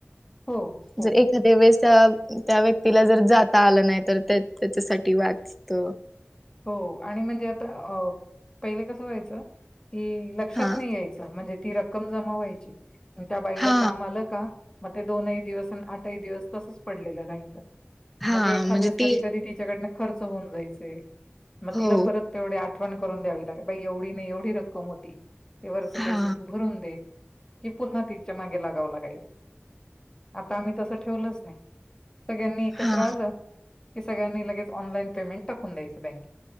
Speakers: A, on the left; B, in the centre.
A: हो, हो,
B: जर एखाद्या वेळेस त्या त्या व्यक्तीला जर जाता आलं नाही तर त्या त्याच्यासाठी वाचत
A: हो आणि म्हणजे आता अ पहिले कसं जायचं की लक्षात
B: हा
A: नाही यायच म्हणजे ती रक्कम जमा व्हायची त्या बाईला
B: हा
A: काम आलं का मग ते दोनही दिवस आणि आठही दिवस तसच पडलेलं राहायचं
B: हा
A: मग ते एखादस
B: म्हणजे
A: कधी
B: ते
A: कधी तिच्याकडं खर्च होऊन जायचय मग
B: हो
A: तिला परत तेवढे आठवण करून द्यावी लागे बा एवढी नाही एवढी रक्कम होती ते वरचे
B: हा
A: पैसे तू भरून दे कि पुन्हा तिच्या मागे लागावं लागायचं आता आम्ही तसं ठेवलंच नाही सगळ्यांनी एकत्र
B: हा
A: आलं हे सगळ्यांनी लगेच ऑनलान पेमेंट टाकून द्यायंच बँकेत